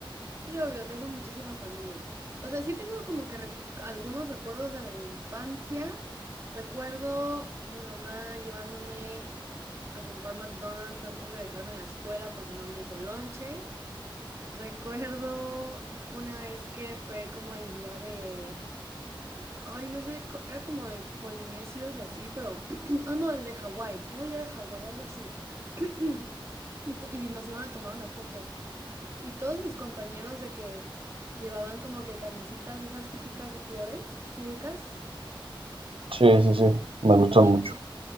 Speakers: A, on the right; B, on the right.
A: Sí, obvio, tengo muchísima familia. O sea, sí tengo como que re- algunos recuerdos de la infancia. Recuerdo mi mamá llevándome a comprar McDonald's antes de dejarme en la escuela porque no me hizo lonche. Recuerdo una vez que fue como el día de, ay, no sé, co- era como de polinesios y así, pero, <clears throat> ah, no, el de Hawái, era el día de Hawái, algo así. <clears throat> Y, to- y nos iban a tomar una foto. Y todos mis compañeros de que llevaban como que camisitas de esas típicas de flores, ¿sí ubicas?
B: Sí, sí, sí, me gustó
A: Y,
B: mucho.